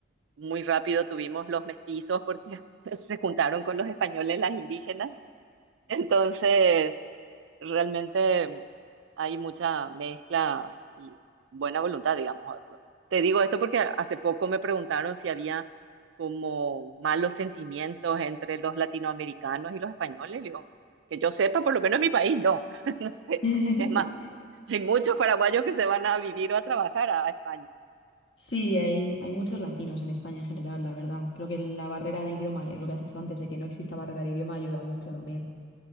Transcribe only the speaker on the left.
<laughs>
Sí, hay, hay muchos latinos en España en general, la verdad. Creo que la barrera de idioma, y lo que has dicho antes, de que no exista barrera de idioma, ayuda mucho también.